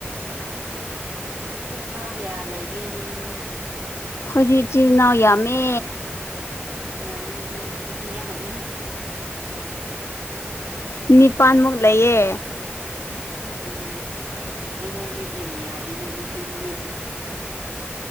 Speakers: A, on the right; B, on the left.
A: ꯎꯝ ꯅꯆꯤꯟ ꯅꯅꯥꯎ ꯀꯌꯥ ꯂꯩꯒꯦ ꯅꯪꯗꯤ
B: ꯈꯣꯏꯗꯤ ꯏꯆꯤꯟ ꯏꯅꯥꯎ ꯌꯥꯝꯃꯦ
A: ꯀꯌꯥꯅꯣ ꯑꯗꯣ ꯑꯩꯁꯨ ꯌꯥꯝꯃꯦ
B: ꯅꯤꯄꯥꯟꯃꯨꯛ ꯂꯩꯌꯦ
A: ꯑ ꯑꯁ ꯑꯩꯉꯣꯟꯗꯩ ꯍꯦꯟꯅ ꯌꯥꯝꯃꯤꯅꯦ ꯑꯗꯨꯗꯤ ꯃꯤ ꯑꯅꯤ